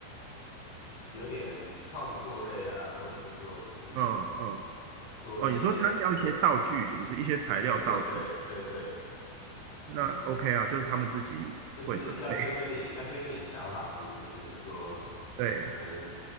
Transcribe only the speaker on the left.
有点创作类啊，或者是说就是
做一些可能，
对对对对对。
就是要先跟你要先跟你瞧好，是不是？就是说，
可能